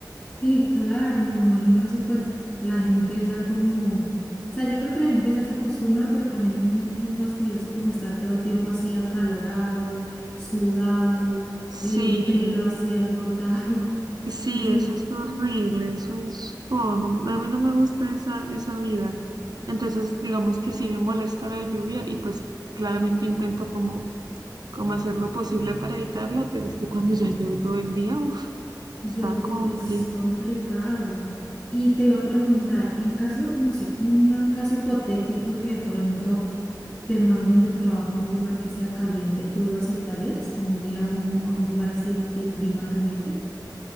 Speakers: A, on the left; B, on the right.
A: Sí, claro, me imagino eso, pues la gente ya como, o sea, yo creo que la gente ya se acostumbra, pero también es muy, muy fastidioso como estar todo el tiempo así acalorado, sudado, el
B: Sí.
A: pelo así alborotado. <laughs>
B: Sí,
A: Sí,
B: eso es horrible, eso es feo, no- a mí no me gusta esa, esa vida. Entonces, digamos que sí me molesta la lluvia y pues claramente intento como, como hacer lo posible para evitarla, pero es que cuando ya llueve todo el día, uff,
A: ya
B: está
A: es,
B: complicado.
A: di- es complicado. Y te iba a preguntar, en caso, no sé, un, un caso hipotético que de pronto te manden del trabajo a un lugar que sea caliente, ¿tú lo aceptarías? Como ir a un, a un lugar así de clima caliente.